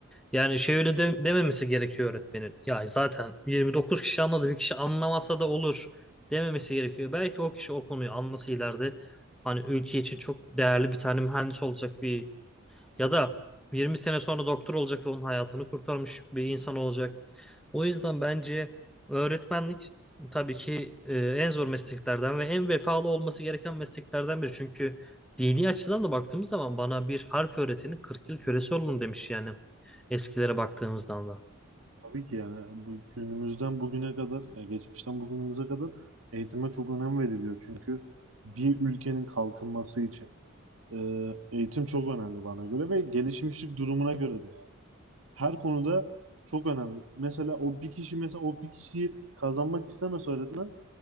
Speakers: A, in the centre; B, on the right.
A: Yani şey öyle de- dememesi gerekiyor öğretmenin. Ya zaten 29 kişi anladı. Bir kişi anlamasa da olur dememesi gerekiyor. Belki o kişi o konuyu anlasa ileride hani ülke için çok değerli bir tane mühendis olacak, bir ya da 20 sene sonra doktor olacak ve onun hayatını kurtarmış bir insan olacak. O yüzden bence öğretmenlik tabii ki e, en zor mesleklerden ve en vefalı olması gereken mesleklerden biri. Çünkü dini açıdan da baktığımız zaman bana bir harf öğretinin 40 yıl kölesi olun demiş yani eskilere baktığımızdan da.
B: Tabii ki yani bu günümüzden bugüne kadar, e, geçmişten bugünümüze kadar eğitime çok önem veriliyor. Çünkü bir ülkenin kalkınması için e, eğitim çok önemli bana göre ve gelişmişlik durumuna göre de. Her konuda çok önemli. Mesela o bir kişi mesela o bir kişiyi kazanmak istemez öğretmen